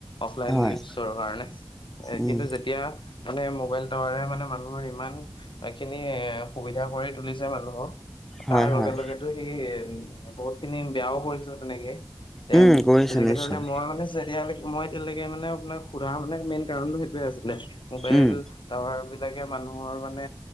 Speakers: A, on the left (about 70°); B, in the centre.
A: অফলাইন
B: হয়
A: নিউজৰ কাৰণে
B: উম
A: কিন্তু যেতিয়া মানে মোবাইল টাৱাৰে মানে, মানুহৰ ইমানখিনি সুবিধা কৰি তুলিছে মানুহক। তাৰ
B: হয়
A: লগে
B: হয়
A: লগে লগেতো সেই বহুতখিনি বেয়াও কৰিছে তেনেকে। এ
B: উম কৰিছে
A: তেনেকে
B: নিশ্চয়
A: ধৰণে মই মানে যেতিয়ালৈকে মই এতিয়ালৈকে মানে, আপোনাক সোধাৰ মানে মেইন কাৰণটো সেইটোয়ে আছিলে, মোবাইল
B: উম
A: টাৱাৰ বিলাকে মানুহৰ মানে,